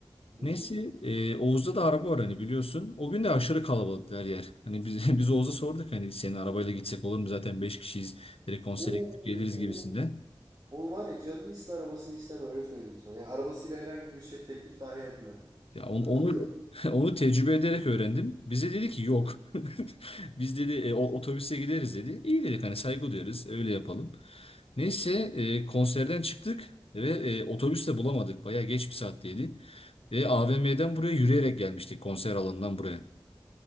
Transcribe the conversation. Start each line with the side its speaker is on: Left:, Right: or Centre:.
Right: Hı
Left: Neyse
Right: hı.
Left: e, Oğuz'da da araba var hani biliyorsun. O gün de aşırı kalabalıktı her yer. Hani biz, <laughs> biz Oğuz'a sorduk hani senin arabayla gitsek olur mu zaten beş kişiyiz. Direkt konsere
Right: Oo.
Left: gidip geliriz gibisinden.
Right: Onu var ya canını iste arabasını isteme öyle söyleyeyim sana. Yani arabasıyla herhangi bir şey teklif dahi etme.
Left: Ya on-
Right: Kuduruyor.
Left: onu <laughs> onu tecrübe ederek öğrendim. Bize dedi ki yok.
Right: Evet.
Left: <laughs> Biz dedi e, o- otobüse gideriz dedi. İyi dedik hani saygı duyarız öyle yapalım. Neyse e, konserden çıktık ve e, otobüs de bulamadık. Bayağı geç bir saatteydi. Ve AVM'den buraya yürüyerek gelmiştik konser alanından buraya.